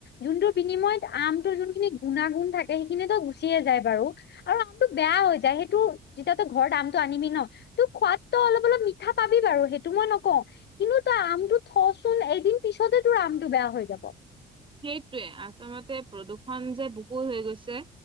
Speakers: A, on the left (about 60°); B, on the right (about 25°).
A: যোনটোৰ বিনিময়ত আমটোৰ যোনখিনি গুণাগুণ থাকে সেইখিনিতো গুচিয়ে যায় বাৰু। আৰু আমটো বেয়া হৈ যায় সেইটো যেতিয়া তই ঘৰত আমটো আনিবি ন' ত' খোৱাতটো অলপ-অলপ মিঠা পাবি বাৰু, সেইটো মই নকওঁ কিন্তু তই আমটো থ'চোন একদিন পিছতে তোৰ আমটো বেয়া হৈ যাব।
B: সেইটোৱে, আচলতে প্ৰদূষণ যে বহু হৈ গৈছে